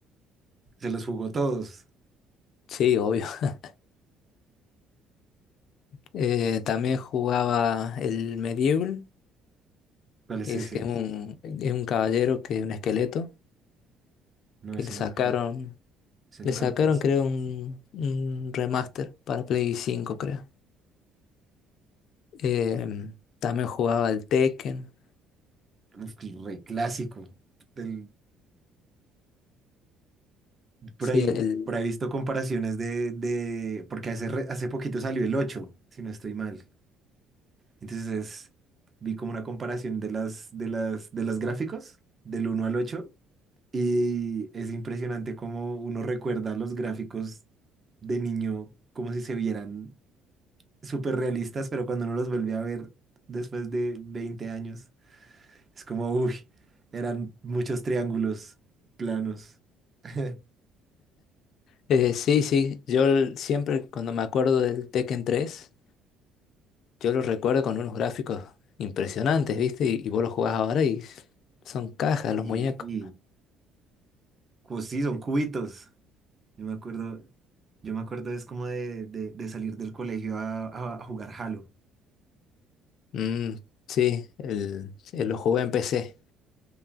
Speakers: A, on the right; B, on the left.
A: Se los jugó todos.
B: Sí, obvio. <laughs> Eh, también jugaba el Medieval
A: ¿Cuál es
B: que
A: ese?
B: es, que es un, es un caballero que es un esqueleto,
A: No,
B: que
A: ese
B: le
A: nunca
B: sacaron,
A: lo, ese nunca
B: le sacaron
A: lo conocí.
B: creo un, un remaster para Play cinco creo. Eh, también jugaba al Tekken.
A: Uf, re clásico. Del- por
B: Sí,
A: ahí,
B: el,
A: por ahí he visto comparaciones de, de- porque hace, re- hace poquito salió el 8 si no estoy mal. Entonces vi como una comparación de las, de las, de los gráficos, del uno al 8 y es impresionante cómo uno recuerda los gráficos de niño como si se vieran súper realistas, pero cuando uno los volvió a ver después de 20 años, es como, uy, eran muchos triángulos planos. <laughs>
B: eh, sí, sí, yo el- siempre cuando me acuerdo del Tekken tres yo lo recuerdo con unos gráficos impresionantes, ¿viste? Y, y vos lo jugás ahora y son cajas
A: Sí,
B: los muñecos.
A: Pues sí, son cubitos. Yo me acuerdo, yo me acuerdo es como de, de- de salir del colegio a, a- a jugar Halo.
B: Mm, sí, el, el- lo jugué en PC,